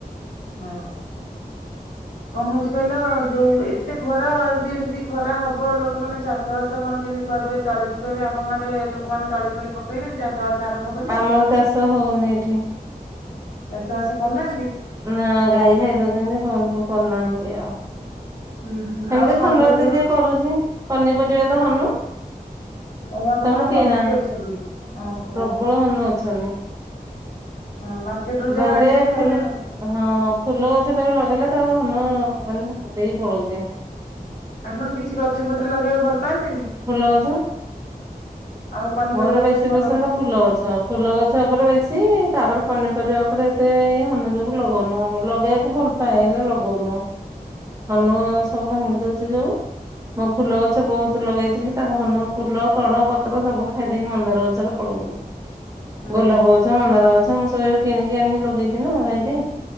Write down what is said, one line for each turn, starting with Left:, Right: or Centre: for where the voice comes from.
Left: ହଁ କଣ ହଉଚି କହିଲ ଯୋଉ ଏତେ ଖରା ଯଦି ଏମିତି ଖରା ହବ ଲୋକମାନେେ ଚାଷ ବାସ କଣ କେମିତି କରିବେ ତଳି ପକେଇବେ ଆପଣଙ୍କ ଆଡେ ଲୋକମାନେ ତଳି ଫଳି ପକେଇଲେଣି ଚାଷ ବାସ ଆରମ୍ଭ କଲେଣି?
Right: ଆମର ଚାଷ ହଉନି ଏଠି
Left: ଚାଶ ବାସ କରନାନ୍ତି?
Right: ନା ଗାଈ ଖାଇଦଉଛନ୍ତି ହଉନି କରିୁନାହାନ୍ତି କି ଆଉ।
Left: ହୁଁ ହୁଁ
Right: ଏମିତି
Left: ଆଉ ପନିପରିବା
Right: ଖଣ୍ଡ ତ କିଏ କରୁଛି ପନିପରିବା ତ ହନୁ
Left: ଓ ଆପଣ
Right: ସବୁ
Left: କଣ
Right: କିଣା
Left: ହନୁବି ଅଛନ୍ତି? ଓହୋ
Right: ପ୍ରବଳ ମନେଉଛନ୍ତି।
Left: ହଁ ମାର୍କେଟ ରୁ
Right: ବାଇରେ
Left: ଯାହା ଆଣିବେ ଖାଇବେ
Right: ଫୁଲ
Left: ଆଉ।
Right: ହଁ ଫୁଲ ଗଛ ଟା ବି ଲଗେଇଲେ ତଉ ହନ ମାନେ ଭାଙ୍ଗଦେଇ ହି ପଳଉଛି।
Left: ଆପଣ କିଛି ଗଛ ପତ୍ର ଲଗେଇବାକୁ ଭଲ ପାଆନ୍ତିନି
Right: ଫୁଲ ଗଛ?
Left: ଆଉ ପନିପରିବା
Right: ମୋର ବେଶୀ
Left: ଗଛ କଣ
Right: ପସନ୍ଦ
Left: ଲଗାନ୍ତି?
Right: ଫୁଲ ଗଛ ଫୁଲ ଗଛ ଉପରେ ବେଶୀ ତାପରେ ପନିପରିବା ଉପରେ ଏତେ ଏଇ ହନୁଜକୁ ଲଗଉନୁ ଲଗେଇବାକୁ ଭଲ ପାଏ ହେଲେ ଲଗଉନୁ। ହନୁ ସବୁ ଭାଙ୍ଗି ଦଉଛି ଯୋଉ। ମୋ ଫୁଲ ଗଛ ବହୁତ ଲଗେଇଥିଲି ତାଙ୍କ ହନୁ ଫୁଲ, କଡ, ପତ୍ର ସବୁ ଖାଇଦେଇକି ମନ୍ଦାର ଗଛରେ ପଡଉଛିି
Left: ହୁଁ
Right: ଗୋଲାପ
Left: ହୁଁ
Right: ଗଛ, ମନ୍ଦାର ଗଛ ମୁଁ ସବ କିଣିକି ଆଣିକି ଲଗେଇଛି ନା ବାଇରେ